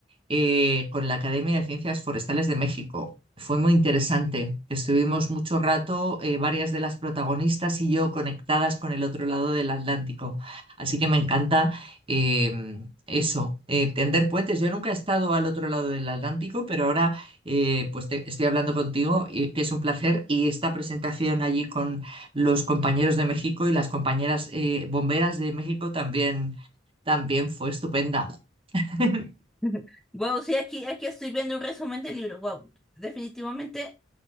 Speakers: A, on the right (about 30°); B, in the centre.
A: eh, con la Academia de Ciencias Forestales de México. Fue muy interesante. Estuvimos mucho rato, eh, varias de las protagonistas y yo conectadas con el otro lado del Atlántico. Así que me encanta eh, eso, eh, tender puentes. Yo nunca he estado al otro lado del Atlántico, pero ahora eh, pues te- estoy hablando contigo, y, que es un placer. Y esta presentación allí con los compañeros de México y las compañeras eh, bomberas de México también, también fue estupenda. <laughs>
B: <laughs> Wow, sí, aquí, aquí estoy viendo un resumen del libro. Wow, definitivamente.